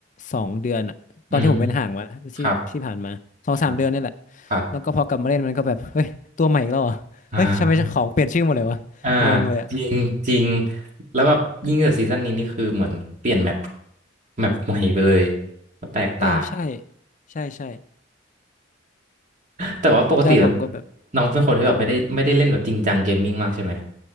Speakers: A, on the left; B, on the right.
A: สองเดือนอะตอนที่ผมเป็นห่างมานะที่ที่ผ่านมาสองสามเดือนนี่แหละ
B: อืมครับครับครับ
A: แล้วก็พอกลับมาเล่นมันก็แบบเฮ้ยตัวใหม่อีกแล้วเหรอเฮ้ยทำไมของเปลี่ยนชื่อหมดเลยวะงงเลยอะ
B: อ่า อ่าจริงจริงแล้วแบบยิ่งจากซีซั่นนี้นี่คือเหมือนเปลี่ยนแมปแมปใหม่ไปเลยก็แปลกตา
A: เออใช่ใช่ใช่
B: แต่ว่าปกติ
A: แล้วผมก็แบบ
B: น้องเป็นคนที่แบบไม่ได้ไม่ได้เล่นแบบจริงจังเกมมิ่งมากใช่ไหม
A: ครับผม